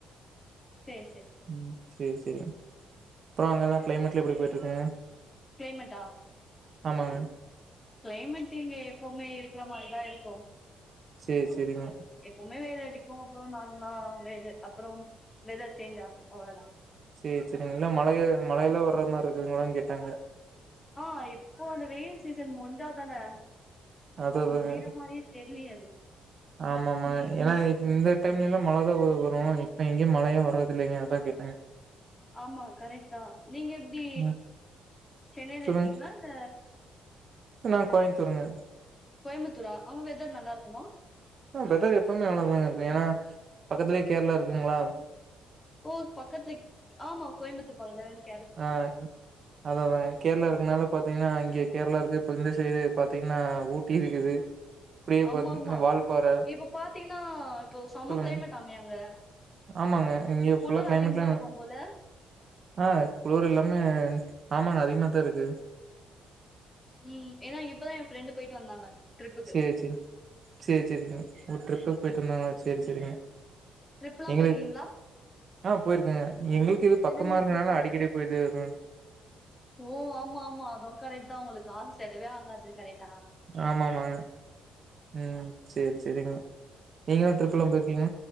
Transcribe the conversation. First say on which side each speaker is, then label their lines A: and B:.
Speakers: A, on the left; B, on the right.
A: சேர் செரி
B: ம் சேரி சேரிங் அப்றோ அங்கலா கிளைமேட்லா எப்டி பொயிட்ருக்குங்க
A: கிளைமெட்டா
B: ஆமாங்க
A: கிளைமேட்டு இங்க எப்போமே இருக்ற மாரிதா இருக்கு
B: சேர் செரிங்க
A: எப்போமே வெயில் அடிக்கு அப்றோ நார்மலா வெயிலு அப்றம் வெதர் சேஞ்ச் ஆகு அவ்ளதா
B: சேர் செரிங்க எல்லா மலயோ மழல வர்ற மார் இருக்குங்களான் கேட்டே அங்க
A: ஆ இப்போ அந்த வெயில் சீசன் முஞ்சா தானே
B: அது
A: இப்போ
B: அதாங்க
A: முடியிற மாரி தெர்லியது
B: ஆமா ஆமாங்க ஏனா இந்த டைம்லலா மழ தா வ வரும் இப்ப எங்யு மழயே வர்றது இல்லங்க அதா கேட்டே
A: ஆமா கரெக்ட் தா நீங்க எப்டி
B: ம்
A: சென்னையில
B: சொல்லுங்க
A: இருக்கிங்ளா இல்ல
B: நா கோயம்புத்தூர்ங்க
A: கோயம்புத்தூரா அங்க வெதர் நல்லா இருக்குமா
B: ஆ வெதர் எப்பவுமே நல்லாதாங்க இருக்கு ஏன்னா பக்கத்துலே கேரளா இருக்குங்ளா
A: ஓ பக்கத்துல ஆமா கோயம்புத்தூர் பக்கத்ல
B: ஆ அத தாங்க கேரளா இருக்குனால பாத்தீங்கன்னா இங்கே கேரளா இருக்கு இப்ப இந்த சைடு பாத்தீங்கன்னா ஊட் டி இருக்குது இப்டியே
A: அம்மாம்மா
B: பாத்தீங்கன்னா வால்பாற
A: இப்ப பாத்தீங்கன்னா இப்போ செம்ம
B: சொல்லுங்க
A: கிளைமேட்டாமே அங்க
B: ஆமாங்க இங்க
A: குளிர்
B: ஃபுல்லா கிளைமேட்லா
A: அதிகமா இருக்கும் போல
B: ஆ குளுர் எல்லாமே ஆமாங்க அதிகமா தா இருக்கு
A: ம் ஏன்னா இப்பதா எ ஃப்ரெண்டு போய்ட்டு வந்தாங்க ட்ரிப்புக்கு
B: சேர் சேர் சேர் சேரிங்க ஓ ட்ரிப்புக்கு போய்ட்டு வந்தாங்களா சேர் சேரிங்க
A: ட்ரிப்லா
B: எங்களுக்கு
A: போயிருக்கீங்ளா
B: ஆ போய்ருக்கங்க எங்களுக்கு இது
A: என்னென்ன
B: பக்கமா இருக்கனால
A: ட்ரிப்பு
B: அடிக்கடி போய்ட்டு வருவ
A: ஓ ஆமா ஆமா அதுவு கரெக்ட்டாதா உங்களுக்கு காசு செலவே ஆகாது கரெக்டா
B: ஆமாமாங்க ம் சேர் சேரிங்க நீங்கலா ட்ரிப்லா போய்ருப்பிங்க